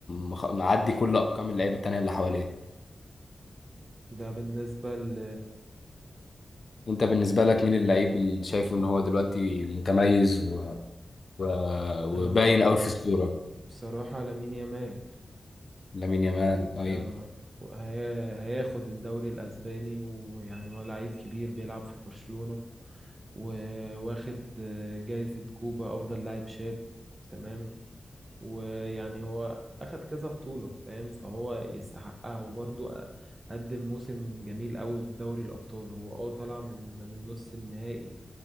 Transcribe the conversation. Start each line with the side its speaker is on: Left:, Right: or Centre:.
Left: مخ- معدي كل ارقام اللعيبه التانيه اللي حواليه
Right: ده بالنسبه ل...
Left: انت بالنسبة لك مين اللعيب اللي شايفه ان هو دلوقتي متميز و... و... وباين
Right: انا بصرا-
Left: قوي في الصورة
Right: بصراحه لامين يامال
Left: لامين يامال ايوه
Right: أه هي... هياخد الدوري الاسباني ويعني هو لعيب كبير بيلعب في برشلونه وواخد آه، جايزه كوبا افضل لاعب شاب تمام ويعني هو أخد كذا بطولة فاهم فهو يستحقها وبرضه أ- قدم موسم جميل قوي في دوري الأبطال هو اه طلع من من نص النهائي